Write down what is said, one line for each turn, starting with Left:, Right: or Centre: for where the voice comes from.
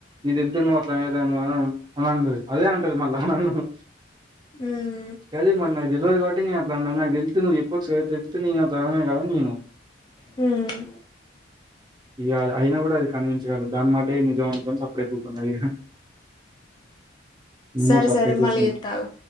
Right: నీకు తెలిత్తే అంటే నువ్వు అట్ల అనే దానివ అని అంటది అదే అంటది మళ్ళా నన్ను
Left: ఉమ్
Right: గది మరి నాకు తెల్వదు కావట్టి అట్లాన్న నాకు తెలిస్తే నువ్వు చెప్ ప్పచ్చుగ తెలిస్తే నేను దానవే కాద నేను
Left: హ్మ్
Right: ఇగ అది అయినా గూడా అది కన్విన్స్ దాని నిజం మనుకొని సప్పుడేక కూకున్నది ఇగ నేను
Left: సరే
Right: కూడా సప్పుడేక
Left: సరే మళ్ళీ
Right: ఊకున్న
Left: ఎత్త ఆగు